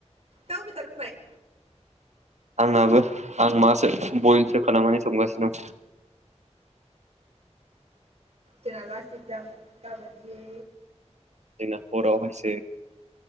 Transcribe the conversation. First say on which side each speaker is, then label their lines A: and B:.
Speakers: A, on the right; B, on the right.
A: दाउ बेदर होनबाय।
B: आंनाबो आं मासो बयेलसो खालामनानै संगासिनो दं।
A: जना लास देत दां गाबोन ए
B: दिना हरावहायस